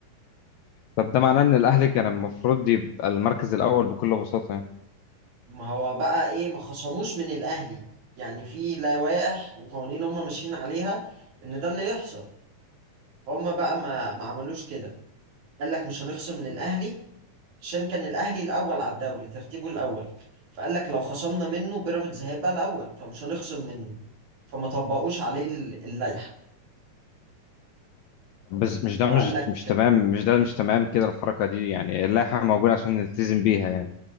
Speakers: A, on the left; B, on the right.
A: طب ده معناه ان الاهلي
B: ف-
A: كان المفروض يبقى المركز الاول بكل بساطه يعني
B: ما هو بقى ايه ما خصموش من الاهلي يعني في لوائح وقوانين هم ماشيين عليها ان ده اللي يحصل هم بقى ما ما عملوش كده قال لك مش هنخصم للاهلي عشان كان الاهلي الاول على الدوري ترتيبه الاول فقال لك لو خصمنا منه بيراميدز هيبقى الاول فمش هنخصم منه فما طبقوش عليه ال- اللائحة
A: بس مش ده
B: وقال
A: مش
B: لك
A: مش تمام مش ده مش تمام كده الحركه دي يعني اللائحه موجوده عشان نلتزم بيها يعني